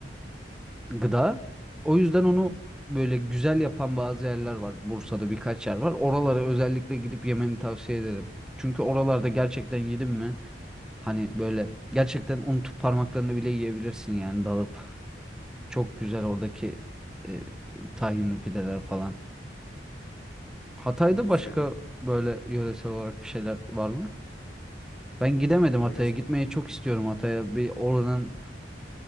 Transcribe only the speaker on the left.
Çok güzel
bir
yöre.